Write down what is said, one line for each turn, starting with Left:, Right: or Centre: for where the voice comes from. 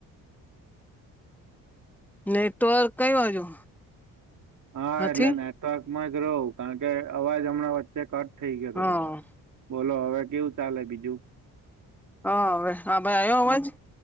Centre: નેટવર્ક કઈ બાજુ
Right: હા,
Centre: નથી
Right: એટલે નેટવર્કમાં જ રહો કારણ કે અવાજ હમણાં વચ્ચે કટ થઈ ગયો હતો
Centre: હા
Right: તમારો, બોલો હવે કેવું ચાલે બીજું?
Centre: હા, હવે હા ભાઈ આવ્યો અવાજ?